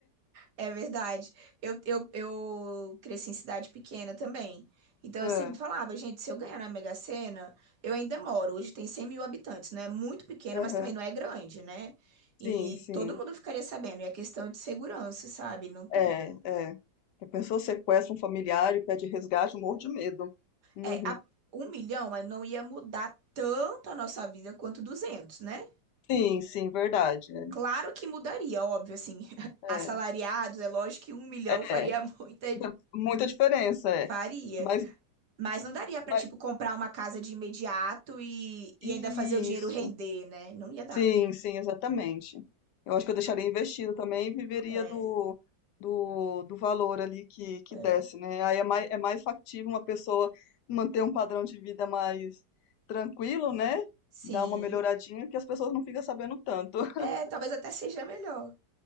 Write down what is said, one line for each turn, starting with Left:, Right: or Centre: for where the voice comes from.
Right: É verdade. Eu, eu, eu cresci em cidade pequena também. Então
Left: É,
Right: eu sempre falava, gente, se eu ganhar na Mega Sena, eu ainda moro. Hoje tem 100 mil habitantes, não é muito pequena,
Left: aham,
Right: mas também não é grande, né?
Left: sim,
Right: E
Left: sim.
Right: todo mundo ficaria sabendo. E a questão de segurança, sabe? Não tem.
Left: É, é. A pessoa sequestra um familiar e pede resgate, eu morro de medo. Uhum.
Right: É, a- um milhão, mas não ia mudar tanto a nossa vida quanto 200, né?
Left: Sim, sim, verdade. né?
Right: Claro que mudaria, óbvio, assim. <laughs>
Left: É,
Right: Assalariados, é lógico que um milhão faria
Left: é.
Right: muita.
Left: Muita diferença, é.
Right: Faria.
Left: Mas,
Right: Mas não daria pra,
Left: mas
Right: tipo, comprar uma casa de imediato e, e
Left: isso.
Right: ainda fazer o dinheiro render, né? Não ia dar.
Left: Sim, sim, exatamente. Eu acho que eu deixaria investido também e viveria
Right: É,
Left: do, do, do valor ali que, que
Right: é.
Left: desce, né? Aí é mais, é mais factível uma pessoa manter um padrão de vida mais tranquilo, né?
Right: Sim.
Left: Dar uma melhoradinha que as pessoas não ficam sabendo tanto. <laughs>
Right: É, talvez até seja melhor.